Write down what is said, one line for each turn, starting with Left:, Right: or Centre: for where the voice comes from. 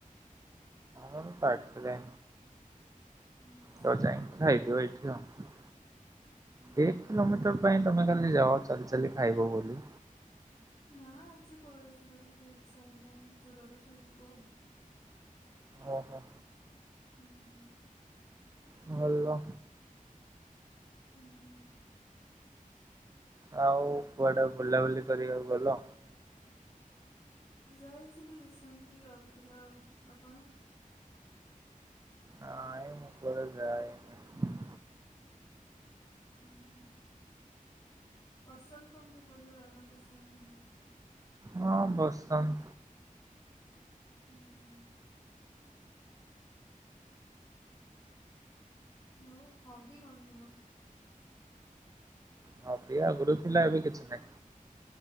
Right: ହଁ ପାଖରେ।
Left: ଆଚ୍ଛା
Right: ତ ଯାଇଙ୍କି ଖାଇଦିଅ। <unintelligible>
Left: ହୁଁ
Right: ଏକ କିଲୋମିଟର ପାଇଁ ତମେ କାଲି ଯାଅ ଚାଲି ଚାଲି ଖାଇବ ବୋଲି
Left: ନା ଆଜି ପଳେଇଥିଲୁ ଟିକେ ଇଚଛା ହେଲା ଦୂରରେ ଖାଇବାକୁ ଆଉ।
Right: ଓ ହୋ।
Left: ହୁଁ।
Right: ଭଲ।
Left: ହଁ
Right: ଆଉ କୁଆଡ ବୁଲାବୁଲି କରିବାକୁ ଗଲ?
Left: ଯାଇଥିଲି ରିସେଣ୍ଟଲି ରାଉରକେଲା ଆଉ ଆପଣ?
Right: ନାଇଁ ମୁଁ କୁଆଡେ ଯାଇନି।
Left: ଓହୋ ପସନ୍ଦ ତମକୁ ବୁଲିବା ନା ପସନ୍ଦ ନୁହଁ?
Right: ହଁ ପସନ୍ଦ।
Left: ହୁଁ। ଆଉ ହବି କଣ ତୁ ମୋର?
Right: ହଁ ବି ଆଗରୁ ଥିଲା ଏବେ କିଛି ନହିଁ।